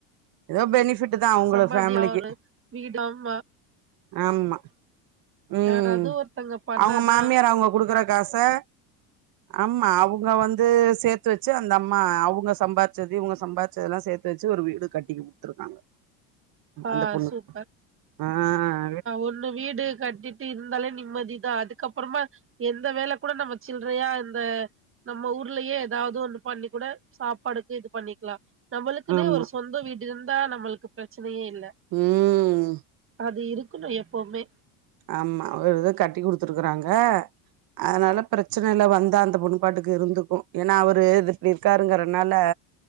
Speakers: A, on the right; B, on the right.
A: ஏதோ பெனிஃபிட் தா அவங்கள
B: சம்பந்தியா
A: ஃபேமிலிக்கு
B: ஒரு வீடும்
A: ஆமா உம்
B: யாராவது ஒருத்தங்க பண்ணாதா
A: அவங்க மாமியார் அவங்க கொடுக்குற காசை ஆமா அவங்க வந்து சேர்த்து வச்சு அந்த அம்மா அவங்க சம்பாதிச்சது இவங்க சம்பாதிச்சதெல்லாம் சேர்த்து வச்சு ஒரு வீடு கட்டிக் குடுத்துருக்காங்க
B: ஆ
A: அந்த பொண்ணு
B: சூப்பர்
A: ஆஹ்
B: ஒண்ணு வீடு கட்டிட்டு இருந்தாலே நிம்மதி இதான் அதுக்கப்புறமா எந்த வேலை கூட நம்ம சில்லறையா இந்த நம்ம ஊர்லயே ஏதாவது ஒண்ணு பண்ணி கூட சாப்பாடுக்கு இது பண்ணிக்கலாம் நம்மளுக்குனே
A: ஆமா
B: ஒரு சொந்த வீடு இருந்தா நம்மளுக்கு பிரச்சனை பிரச்சனையே இல்லை
A: ம்
B: அது இருக்கணும் எப்பவுமே
A: ஆமா அவர் கட்டி கொடுத்துருக்கறாங்க அதனால பிரச்சனைல்ல வந்தா அந்த பொண்னு பாட்டுக்கு இருந்துக்கும் ஏன்னா அவரு எப்படி கருங்கறனால